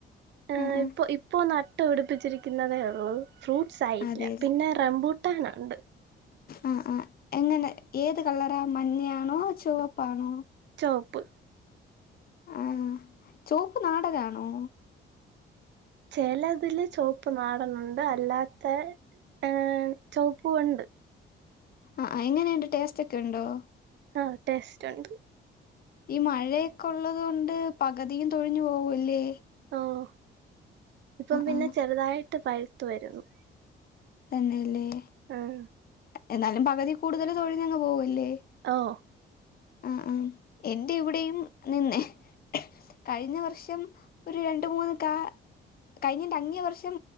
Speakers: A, on the right; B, on the left.
A: ആ
B: ആഹ് ആഹ്
A: ഇപ്പൊ ഇപ്പോ നട്ട് പിടിപ്പിച്ചിരിക്കുന്നതേ ഉള്ളൂ ഫ്രൂട്ട്സ് ആയില്ല
B: അതെ
A: പിന്നെ റംബൂട്ടാൻ ഉണ്ട്
B: ആ ആ എങ്ങനെ ഏത് കളറ മഞ്ഞയാണോ ചുവപ്പാണോ
A: ചോപ്പ്
B: ആ ചോപ്പ് നാടനാണോ
A: ചിലതില് ചോപ്പ് നാടനുണ്ട് അല്ലാതെ ഏ ചോപ്പുണ്ട്
B: ആ എങ്ങനെയുണ്ട് ടേസ്റ്റ് ഒക്കെ ഉണ്ടോ
A: ആ ടേസ്റ്റ് ഉണ്ട്
B: ഈ മഴയൊക്കെ ഉള്ളത് കൊണ്ട് പകുതിയും തൊഴിഞ്ഞു പോവുല്ലേ
A: അഹ് ഇപ്പം പിന്നെ
B: ആഹ്
A: ചെറുതായിട്ട് പഴുത്ത വരുന്നു
B: തന്നല്ലേ
A: ഉം
B: എന്നാലും പകുതി കൂടുതൽ തൊഴിഞ്ഞങ് പോവുല്ലേ
A: അഹ്
B: ആ ആ എന്റെ ഇവിടെയും നിന്നെ കഴിഞ്ഞ വർഷം ഒരു രണ്ടു മൂന്ന് കാ കഴിഞ്ഞിന്റെ അങ്ങേ വർഷം